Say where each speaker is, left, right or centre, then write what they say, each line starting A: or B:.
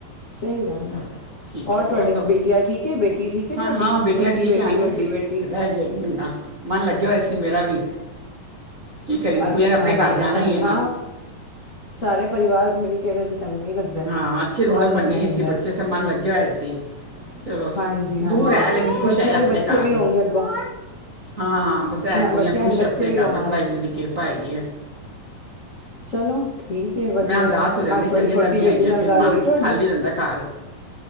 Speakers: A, on the left; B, on the right.
A: ਸਹੀ ਗੱਲ
B: ਚਲੋ
A: ਏ
B: ਠੀਕ
A: ਹੋਰ
B: ਹੈ
A: ਤੁਹਾਡੀ
B: ਸਭ
A: ਬਿਟੀਆ ਠੀਕ ਐ ਬੇਟੀ ਠੀਕ ਐ
B: ਹਾਂ
A: ਤੁਹਾਡੀ
B: ਹਾਂ ਬੇਟੀਆਂ
A: ਛੋਟੀ
B: ਠੀਕ
A: ਬੇਟੀ
B: ਆਈਆਂ
A: ਵੱਡੀ
B: ਸੀ
A: ਬੇਟੀ
B: ਰਹਿ ਜੇ ਇੱਕ ਮਹੀਨਾ ਮਨ ਲੱਗਿਆ ਹੋਇਆ ਸੀ ਮੇਰਾ ਵੀ ਕੀ ਕਰਿਓ
A: ਅੱਛਾ
B: ਕੁੜੀਆਂ ਨੇ ਆਪਣੇ ਘਰ
A: ਜੀ ਅੱਛਾ
B: ਜਾਣਾ ਈ
A: ਜੀ
B: ਏ ਨਾ
A: ਹਾਂ ਸਾਰੇ ਪਰਿਵਾਰ ਮਿਲ ਕੇ ਰ ਤੇ ਚੰਗਾ ਹੀ ਲੱਗਦਾ ਹੈ
B: ਹਾਂ ਅੱਛੀ ਰੌਣਕ
A: ਮਨ
B: ਬਣਨੀ
A: ਲੱਗਿਆ
B: ਹੋਈ
A: ਰਹਿੰਦਾ
B: ਸੀ ਬੱਚੇ
A: ਹੈ
B: ਸ ਮਨ ਲੱਗਿਆ ਹੋਇਆ ਸੀ ਚਲੋ
A: ਹਾਂਜੀ ਹਾਂਜੀ
B: ਦੂਰ ਐ ਲੇਕਿਨ ਖੁਸ਼
A: ਬੱਚਿਆਂ
B: ਐ ਆਪਣੇ
A: ਦੇ ਬੱਚੇ
B: ਘਰ
A: ਵੀ ਹੋਣਗੇ ਅੱਗੋਂ
B: ਹਾਂ ਹਾਂ ਬਸ ਐਂ
A: ਨਾ
B: ਕੁੜੀਆਂ
A: ਬੱਚਿਆਂ
B: ਖੁਸ਼
A: ਦੇ ਬੱਚੇ
B: ਆਪਣੇ
A: ਵੀ
B: ਘਰ
A: ਹੋਵਾਂਗੇ
B: ਬਸ ਵਾਹਿਗੁਰੂ ਦੀ ਕਿਰਪਾ ਹੈਗੀ ਐ
A: ਚਲੋ ਠੀਕ ਐ ਵਧੀਆ
B: ਮੈਂ ਉਦਾਸ ਹੋ ਜਾਂਦੀ
A: ਅੱਜ
B: ਚਲੀਆਂ
A: ਥੋਡੀ ਛੋਟੀ
B: ਜਾਂਦੀਆਂ
A: ਟੀ ਬੇਟੀ
B: ਹੈਗੀਆਂ
A: ਨਾਲ
B: ਫਿਰ
A: ਗੱਲ
B: ਮਨ
A: ਹੋਈ ਤੁਹਾਡੀ
B: ਖਾਲੀ ਹੋ ਜਾਂਦਾ ਘਰ